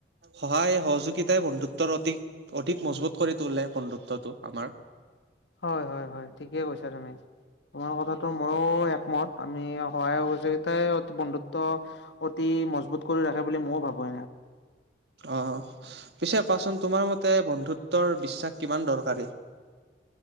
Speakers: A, on the right; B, on the left.
A: সহায় সহযোগিতাই বন্ধুত্বৰ অধিক, অধিক মজবুত কৰি তোলে, বন্ধুত্বটো আমাৰ।
B: হয়, হয়, হয়, ঠিকে কৈছা তুমি। তোমাৰ কথাটো মইয়ো মত, আমি সহায়, সহযোগিতাই অতি বন্ধুত্ব অতি মজবুত কৰি ৰাখে বুলি মইয়ো ভাবোঁ।
A: অ'! পিছে কোৱাচোন? তোমাৰ মতে বন্ধুত্ব ৰ বিশ্বাস কিমান দৰকাৰী?